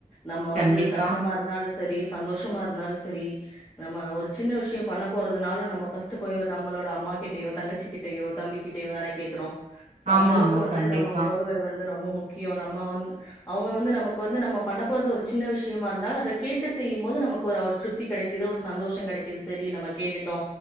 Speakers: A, on the left (about 15°); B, on the right (about 50°).
A: நம்ம வந்து
B: கண்டிப்பா
A: கஷ்டமா இருந்தாலு சரி சந்தோஷமா இருந்தாலு சரி நம்ம ஒரு சின்ன விஷ்யோ பண்ண போறதுனாலு நம்ம ஃபர்ஸ்ட்டு போய் நம்மளோட அம்மா கிட்டயோ தங்கச்சி கிட்டயோ தம்பி கிட்டயியு தானே கேக்குறோ சோ
B: ஆமாங்கோ
A: அந்தளவுக்கு வந்து
B: கண்டிப்பா
A: நம்ம உறவுகள் வந்து ரொம்ப முக்கியோ நம்ம வந் அவங்க வந்து நமக்கு வந்து நம்ம பண்ண போறது ஒரு சின்ன விஷயமா இருந்தால் அத கேட்டு செய்யும் போது நமக்கு ஒரு திருப்தி கிடைக்குது ஒரு சந்தோஷோ கெடைக்குது சரி நம்ம கேட்டுட்டோ